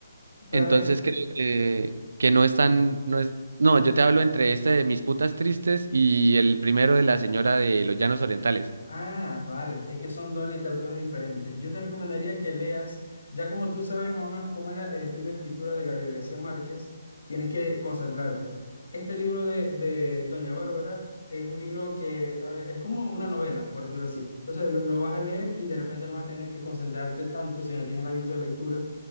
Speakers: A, on the left; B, on the right.
A: pero
B: Entonces
A: a ver,
B: creo que, que no es tan, no es, no, yo te hablo entre este de Mis putas tristes y el primero de la señora de los Llanos Orientales.
A: Ah, vale, es que son dos literaturas diferentes. Yo te recomendaría que leas, ya como tú sabes más o menos cómo es la- el estilo de escritura de Gabriel García Márquez, tienes que concentrarte. Este libro de, de Doña Bárbara es un libro que, a ver, es como una novela, por decirlo así. Entonces, lo, no vas a leer y de repente no vas a tener que concentrarte tanto si no tienes el hábito de lectura